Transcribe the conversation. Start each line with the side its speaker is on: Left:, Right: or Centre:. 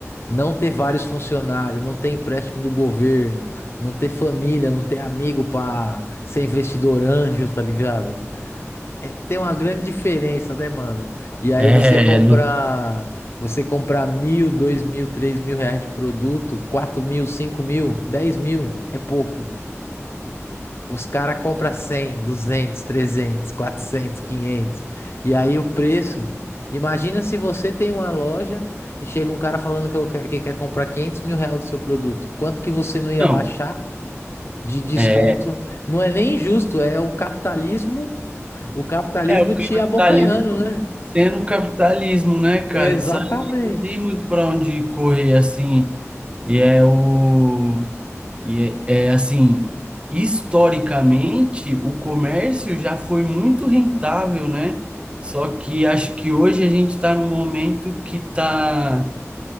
Left: não ter vários funcionários, não ter empréstimo do governo, não ter família, não ter amigo pra ser investidor anjo, tá ligado? É, tem uma grande diferença, né, mano? E aí
Right: é,
Left: você comprar,
Right: não.
Left: você comprar mil, dois mil, três mil reais de produto, quatro mil, cinco mil, dez mil, é pouco. Os caras compram 100, 200, 300, 400, quinhentos E aí o preço. Imagina se você tem uma loja e chega um cara falando que, eu quer- que quer comprar quinhentos mil reais do seu produto. Quanto que você não
Right: Então,
Left: ia baixar de desconto?
Right: é,
Left: Não é nem injusto, é o capitalismo, o capitalismo
Right: É, o capitalismo
Left: te abocanhando, né?
Right: sendo capitalismo, né, cara?
Left: Exatamente.
Right: Isso aí não tem muito para onde correr, assim. E é o. E é, é, assim, historicamente, o comércio já foi muito rentável, né? Só que acho que hoje a gente está num momento que tá.